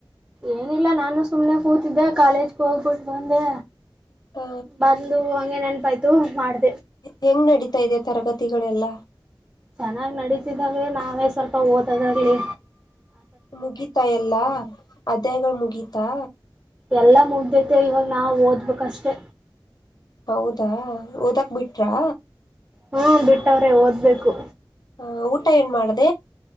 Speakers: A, on the right (about 20°); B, on the left (about 50°).
A: ಏನಿಲ್ಲ ನಾನು ಸುಮ್ನೆ ಕೂತ್ ತಿದ್ದ ಕಾಲೇಜ್ಗ ಹೋಗ್ಬುಟ್ ಬಂದೆ.
B: ಹ
A: ಬಂದು ಹಂಗೆ ನೆನ್ಪಾಯತ್ ತು ಮಾಡ್
B: ಹೆಂಗ್ ನಡೀತಾಯಿದೆ ತರಗತ್ ತಿಗಳೆಲ್ಲ.
A: ಚೆನ್ನಾಗ್ ನಡತಿದವೆ ನಾವೇ ಸ್ವಲ್ಪ ಓದದ್ರಲ್ಲಿ.
B: ಮುಗೀತ ಎಲ್ಲ ಅದ್ಯಾಯಗಳ್ ಮುಗಿತ್ ತ್ತ.
A: ಎಲ್ಲ ಮುಗ್ದೈತೆ ಇವಾಗ್ ನಾವ್ ಓದ್ಬೇಕಷ್ಟೇ.
B: ಹೌದಾ ಓದಕ್ ಬಿಟ್ರಾ.
A: ಹ ಬಿಟ್ಟವ್ರೆ ಓದ್ಬೇಕು.
B: ಅ ಊಟ ಏನ್ ಮಾಡ್ದ.